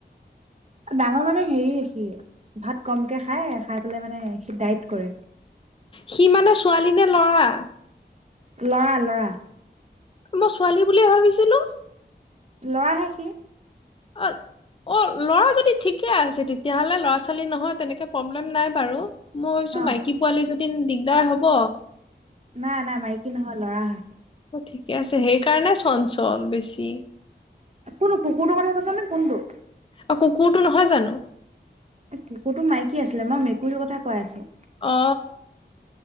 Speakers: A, on the right; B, on the left.
A: ডাঙৰ মানে হেৰি সি ভাত কমকে খাই খাই পেলাই মানে সি ডাইট কৰে
B: সি মানে ছোৱালী নে লৰা
A: লৰা লৰা
B: মই ছোৱালী বুলিয়ে ভাবিছিলো
A: লৰাহে সি
B: <inaudible> অ' ল'ৰা যদি ঠিকে আছে তেতিয়াহলে, ল'ৰা ছোৱালী নহয় তেনেকে প্ৰব্লেম নাই বাৰু। মইচোন
A: অ
B: মাইকী পোৱালিজনী। দিন, দিগদাৰ হ'ব।
A: নাই, নাই মাইকী নহয়, লৰা হয়।
B: অ ঠিকে আছে সেইকাৰণে চঞ্চল, বেছি।
A: কোনটো কুকুৰটো কথা কৈছ নে, কোনটো?
B: অ' কুকুৰটো নহয় জানো?
A: কুকুৰটো মাইকী আছিলে, মই মেকুৰীৰ কথা কৈ আছো।
B: অ।